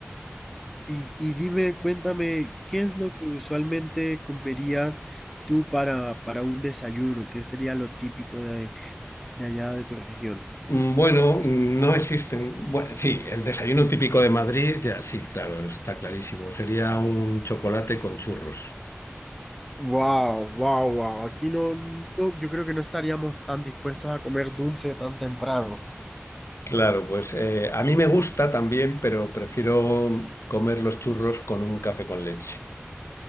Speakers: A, in the centre; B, on the left.
A: Y, y dime, cuéntame, ¿qué es lo que usualmente comerías tú para, para un desayuno? ¿Qué sería lo típico de, de allá de tu región?
B: Mm, Bueno, no existen. Bueno, sí, el desayuno típico de Madrid, ya sí, claro, está clarísimo. Sería un chocolate con churros.
A: Wow, wow, wow. Aquí no, no, yo creo que no estaríamos tan dispuestos a comer dulce tan temprano.
B: Claro, pues eh, a mí me gusta también, pero prefiero comer los churros con un café con leche.